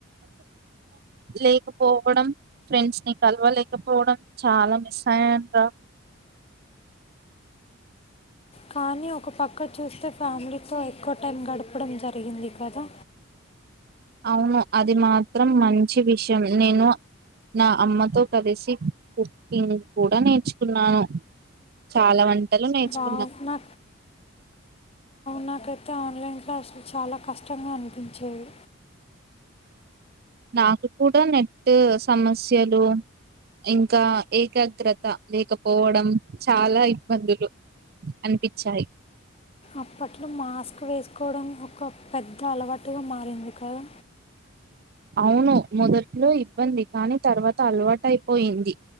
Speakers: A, on the right; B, on the left.
A: లేకపోవడం ఫ్రెండ్స్ ని కలవలేకపోవడం చాలా మిస్ అయ్యాను రా
B: కానీ ఒక పక్క చూస్తే ఫ్యామిలీతో ఎక్కువ టైం గడపడం జరిగింది కదా
A: అవును అది మాత్రం మంచి విషయం నేను నా అమ్మతో కలిసి కుక్కింగ్ కూడా నేర్చుకున్నాను చాలా వంటలు నేర్చుకు
B: అవునా నాకైతే ఆన్లైన్ క్లాస్ చాలా కష్టం కష్టంగా అనిపించేవి
A: నాకు కూడా నెట్ సమస్యలు ఇంకా ఏకాగ్రత లేకపోవడం చాలా ఇబ్బందులు అనిపించాయి
B: అప్పట్లో మాస్క్ వేసుకోవడం ఒక పెద్ద అలవాటుగా మారింది కదా
A: అవును మొదట్లో ఇబ్బంది కానీ తర్వాత అలవాటైపోయింది